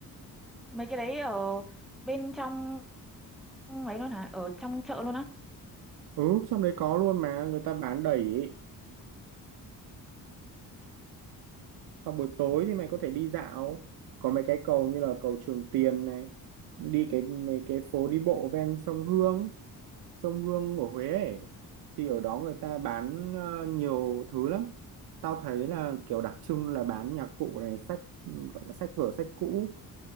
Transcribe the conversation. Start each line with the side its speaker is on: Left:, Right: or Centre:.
Centre: mấy cái đấy ở bên trong Ừ, ấy luôn hả ở trong chợ luôn á
Right: ừ trong đấy có luôn mà người ta bán đầy ý. hoặc buổi tối thì mày có thể đi dạo có mấy cái cầu như là cầu Trường Tiền này đi cái mấy cái phố đi bộ ven sông Hương sông Hương của Huế ấy. thì ở đó người ta bán ờ, nhiều thứ lắm tao thấy là kiểu đặc trưng là bán nhạc cụ này sách gọi là sách vở sách cũ